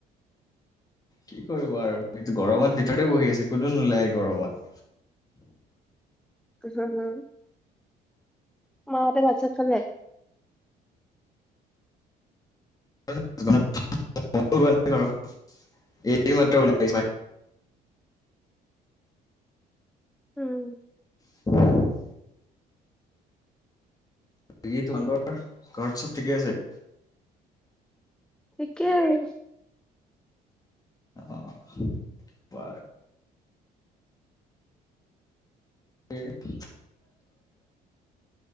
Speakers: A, on the left (about 20°); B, in the centre.
A: কি কৰিব আৰু, এইটো গৰমত ভিতৰতে বহি আছোঁ, কোনো নোলায় গৰমত।
B: হা, হা মাহঁতে ভাত চাত খালে?
A: এই মাত্ৰ ওলাই আহিছোঁ। ভাত কেইটা খাই।
B: উম
A: উম <unintelligible> কি তোমালোকৰ ঘৰত চব ঠিকে আছে?
B: থিকে আৰু
A: অ' বাৰু স <unintelligible>